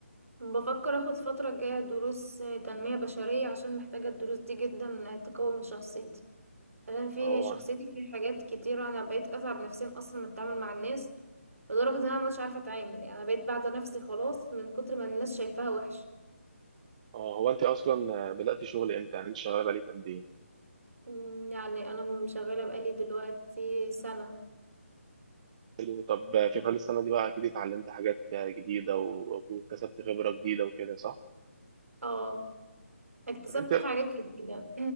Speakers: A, on the right (about 75°); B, on the right (about 30°).
A: بفكر اخد فترة الجاية دروس آه، تنمية بشرية عشان محتاجة الدروس دي جدا آه، تقوي من شخصيتي عشان في
B: اه
A: شخصيتي في حاجات كتيرة انا بقيت اتعب نفسيا اصلا من التعامل مع الناس لدرجة ان انا مش عارفة اتعامل يعني انا بقيت بعدة نفسي خلاص من كتر ما الناس شايفاها وحش
B: اه هو انت اصلا بدأتي شغل امتى يعني انت شغالة بقالك قد ايه
A: أمم، يعني انا شغاله بقالي دلوقتي سنه
B: حلو طب في خلال السنة دي بقى اكيد اتعلمت حاجات جديدة و- وكسبت خبرة جديدة وكده صح
A: اه اكتسبت
B: طب انت
A: حاجات جديدة